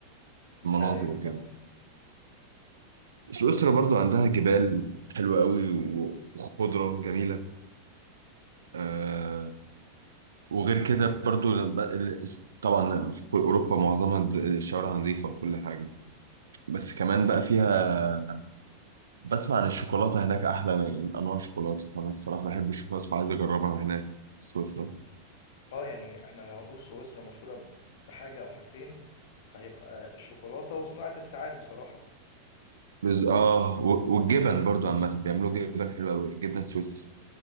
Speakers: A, on the left (about 55°); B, on the right (about 70°).
A: مستاهله
B: المناظر
A: ايه بالظبط
B: وكده سويسرا برضو عندها جبال حلوة قوي و- وخضرة جميلة آه، وغير كده برضو ب- ال- طبعا في كل اوروبا معظمها د- الشوارع نظيفه وكل حاجه بس كمان بقى فيها بسمع عن الشوكولاته هناك احلى من انواع الشوكولاته فانا الصراحه بحب الشوكولاته فعايز اجربها هناك في سويسرا
A: اه يعني احنا لو هنقول سويسرا مشهوره ب- بحاجه او حاجتين فهيبقى الشوكولاته وصناعه الساعات بصراحه
B: بز... اه و- والجبن برضو عامه بيعملوا جبن حلو قوي الجبنه السويسري